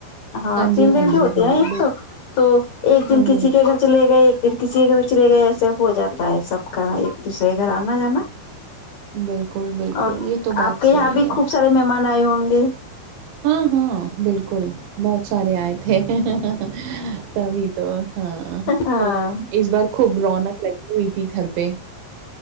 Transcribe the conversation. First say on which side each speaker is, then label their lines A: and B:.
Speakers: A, on the left; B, on the right.
A: ہاں تین
B: جی
A: دن کی
B: جی
A: ہوتی
B: ہاں
A: ہے ایک تو تو ایک
B: بالکل
A: دن کسی کے گھر چلے گئے ایک <unintelligible> پھر کسی کے چلے گئے ایسے ہو جاتا ہے سب <unintelligible> ایک دوسرے
B: ہ
A: کے گھر آنا جانا
B: بالکل بالکل
A: اور
B: یہ تو بات
A: آپ کے
B: صحیح
A: یہاں بھی
B: ہے
A: خوب سارے مہمان آئے ہو ہ گ <unintelligible>
B: ہاں ہاں بالکل بہت سارے آئے تھے <unintelligible> تبھی تو ہاں
A: ہاں
B: اس بار خوب رونق لگی ہوئی تھی گھر پہ <inaudible>